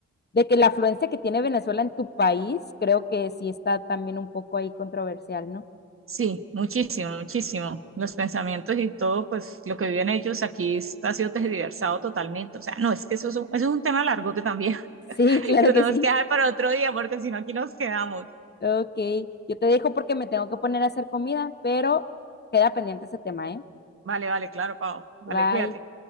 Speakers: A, on the left; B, on the right.
A: de que la afluencia que tiene Venezuela en tu país, creo que sí está también un poco ahí controversial, ¿no?
B: Sí, muchísimo, muchísimo. Los pensamientos y todo, pues lo que viven ellos aquí está, ha sido tergiversado totalmente. O sea, no, es que eso es un, eso es un tema largote también, <laughs>
A: Sí, claro
B: que lo
A: que
B: tenemos
A: sí.
B: que dejar para otro día, porque si no, aquí nos quedamos.
A: Ok, yo te dejo porque me tengo que poner a hacer comida, pero queda pendiente ese tema, ¿eh?
B: Vale, vale, claro, Pau. Vale,
A: Bye.
B: cuídate.